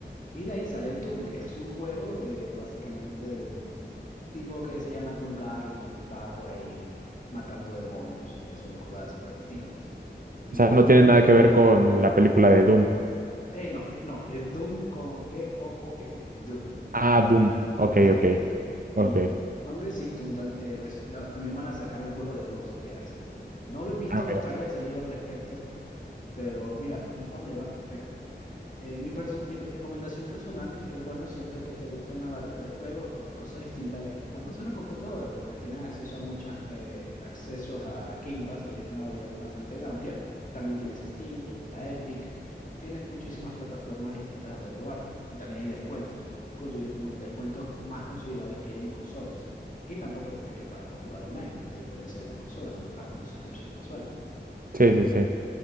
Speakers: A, on the left (about 45°); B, on the right (about 50°).
A: Y de ahí sale el Doom, que es un juego de básicamente de un tipo que se llama Doom Guy y él va por ahí matando demonios y haciendo cosas así por el estilo. Y
B: O sea, no
A: eh,
B: tiene nada que ver con la película de Dune.
A: eh, no, no, es Doom con D-O-O-M, Doom,
B: Ah, Doom. Ok,
A: Doom.
B: ok, ok.
A: Y t- aunque sí, Doom tam- eh, tres- no, también van a sacar un juego de Doom, supieras. es, eh, no lo he visto
B: Ah,
A: los
B: mira.
A: trailers, he leído al respecto, pero mira, para un fan le va perfecto. Eh, mi, perso- mi pe- recomendación personal es que, bueno, siempre que te gusten la variedad de juegos o probar cosas distintas de vez en cuando es una computadora, porque tienes acceso a muchas eh, accesos a, a Game Pass, tienes una variedad bastante amplia. También tienes Steam, tienes la Epic, tienes muchísimas plataformas distintas donde probar. Y también hay descuentos, hay consi- mu- descuentos más considerables que hay en consolas. Y tampoco tienes que pagar por jugar online, a diferencia de las consolas, donde pagas una suscripción mensual.
B: Sí, sí, sí.